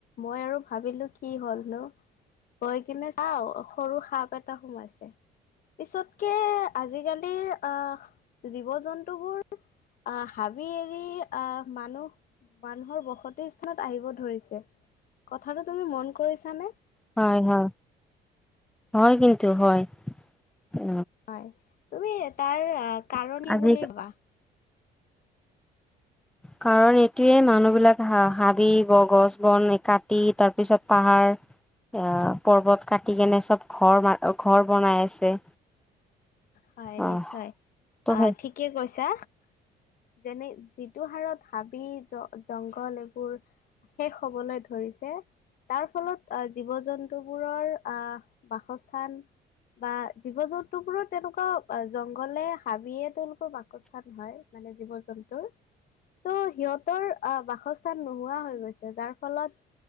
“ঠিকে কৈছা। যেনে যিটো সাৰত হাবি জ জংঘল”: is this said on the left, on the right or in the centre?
Left